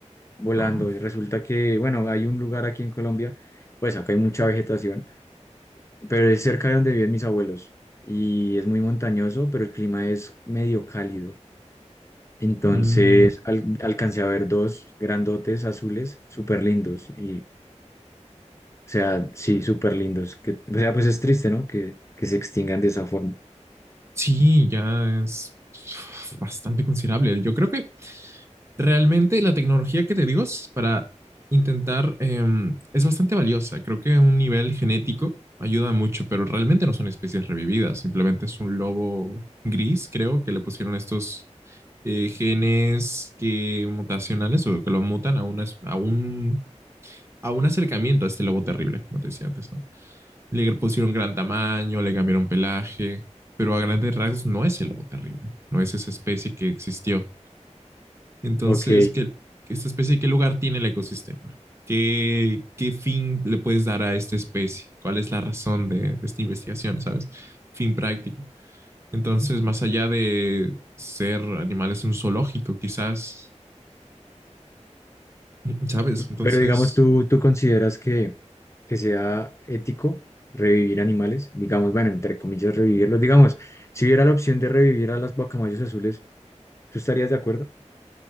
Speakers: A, on the left; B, on the right.
A: volando.
B: Ah,
A: Y resulta que, bueno, hay un lugar aquí en Colombia, pues acá hay mucha vegetación, pero es cerca de donde viven mis abuelos y es muy montañoso, pero el clima es medio cálido. Entonces
B: mm,
A: al- alcancé a ver dos grandotes azules súper lindos y, o sea, sí, súper lindos. Que, o sea, pues es triste, ¿no? Que, que se extingan de esa forma.
B: sí, ya es bastante considerable. Yo creo que Realmente la tecnología que te digo es para intentar, eh, es bastante valiosa. Creo que a un nivel genético ayuda mucho, pero realmente no son especies revividas. Simplemente es un lobo gris, creo, que le pusieron estos eh, genes que mutacionales o que lo mutan a, una, a un a un acercamiento a este lobo terrible, como te decía antes, ¿no? Le pusieron gran tamaño, le cambiaron pelaje, pero a grandes rasgos no es el lobo terrible, no es esa especie que existió. Entonces,
A: Ok.
B: ¿qué, esta especie, qué lugar tiene el ecosistema? ¿Qué, qué fin le puedes dar a esta especie? ¿Cuál es la razón de, de esta investigación, sabes? Fin práctico. Entonces, más allá de ser animales en un zoológico, quizás, <laughs> ¿sabes? Entonces,
A: Pero digamos, tú, tú consideras que que sea ético revivir animales, digamos, bueno, entre comillas, revivirlos, digamos, si hubiera la opción de revivir a las guacamayos azules, ¿tú estarías de acuerdo?